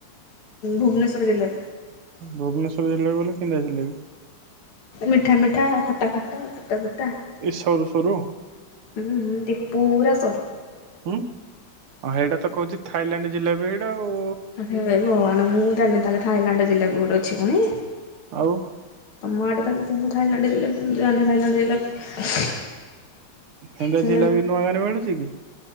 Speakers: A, on the left; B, on the right.
A: ଭୁବନେଶ୍ଵର ଜିଲା
B: ଭୁବନେଶ୍ୱର ଜିଲାପି ବୋଲି କେମିତିଆ ଜିଲାପି?
A: ମିଠା ମିଠା, ଖଟା ଖଟା, ପିତା ପିତା।
B: ଏଇ ସରୁ ସରୁ
A: ହୁଁ ହୁଁ, ଟି ପୁରା ସର୍
B: ହୁଁ ହେଇଟା ତ କହୁଛି ଥାଇଲାଣ୍ଡ ଯିଲାବି ସେଇଟା ଆଉ।
A: ହେଇ ଭଗବାନ ମୁଁ ଜାଣିନି ତାହେଲେ ଥାଇଲାଣ୍ଡ ଯିଲାବି ଗୋଟେ ଅଛି ଫୁଣି।
B: ଆଉ।
A: ତମେ ଆଡ଼େ ତାହେଲେ ଥିବ ଥାଇଲଲାଣ୍ଡ ଜିଲାପି। ମୁଁ ତ ଜାଣିନି ଥାଇଲଲାଣ୍ଡ ଜିଲାପି।
B: ହେନ୍ତା
A: ସେ
B: ଝିଲାବି ନୂଆ ଗାରେ ମିଳୁଚି କି?